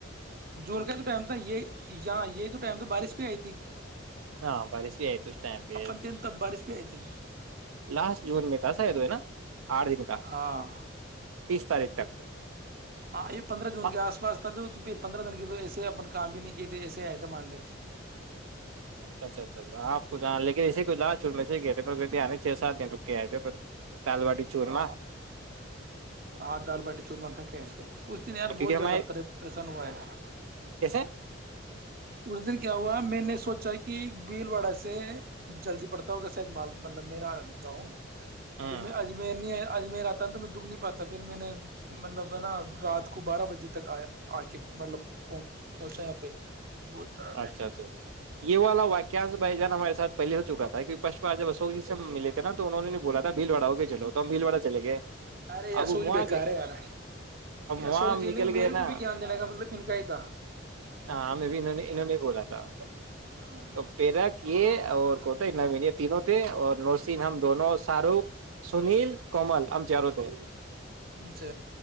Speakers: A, on the right; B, on the right.
A: جون کا جو ٹائم تھا یہ یہ جو ٹائم تھا بارش بھی آئی تھی
B: ہاں برس بھی آئی ت اسٹائم پ
A: اپن تین تب بارش بھی آئی تھی
B: لاسٹ جون میں تھا ساید ہوئے نا آٹھ دن کا
A: ہاں
B: تیس تاریخ تک <unintelligible>
A: ہاں یہ پندرہ جون
B: سا-
A: کے آس پاس تھا تو پھر پندرہ دن کی تو ایسے اپ کام بھی نہیں کیے تھے ایسے آئے تو مان د
B: اچھا اچھا اچھا آپ کو ج لیکن اسیے ک لال چور میںے ہی گئے تھے پرھر آ نہیں چھ سات دن رک کے آئے تھے پر دال باٹی چورما
A: ہ ہ دال بٹی چور مکھا کیا ہےےتے اس دن یار
B: کیونکہ
A: بہت
B: ہمارے
A: زیادہ پ پریشان ہوا ہے
B: کیسے
A: اس دن کیا ہوا میں نے سوچا کہ بیل واڑا سے جلدی پڑتا ہوگا شاید مال مطلب میرا گاؤں
B: ہاں
A: تو میں اجمیر نہیں آ آج م آتا نا تو میں دکھ نہیں پاتا پھر میں نے مطلب ہے نا رات کو بارہ بجے تک آ آ کے مطلب پہنچا یہاں پہ بہت سارا ٹائم
B: اچھا
A: لگا
B: اچھا یہوا لوا کیاس بائی جانا ہمے پہے ہو چکا تھا کہ پشٹ بار جب اشوکی سے ملے نا تو انہ نے نہیں بولا تھا بھیل وا ہو گ چلو تو ہم بھیل وا چے گئے
A: ارے
B: اب وہاں
A: سوک جی بےیکار
B: گئے
A: ہے یار
B: اب وہاں
A: شوک
B: ہم
A: جی
B: نکل
A: نہیں
B: گئے
A: میرے
B: نا
A: کو بھی گان دینے کا مطلب ان کا ہی تھا
B: ہاں میں بھی انہوں نے انہوں نے بولا تھا
A: ہاں
B: تو پیرا کی اور کو تھانا بھی نہیں تینوں تھے اور نوس سن ہم دونوں شاہ رخ سنیل کمال آ ہم سے آروتے ہے
A: اچھا